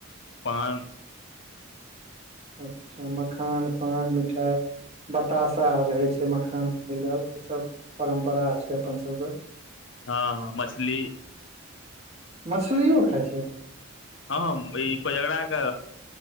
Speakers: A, on the left; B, on the right.
A: पान
B: अच्छा मखान पान मिठाई बताशा रहे छै मखाना मिलल ई सब परम्परा छै अपन सब के
A: हँ ह मछली
B: मछलियो खाय छै
A: हँ ई कोजगरा के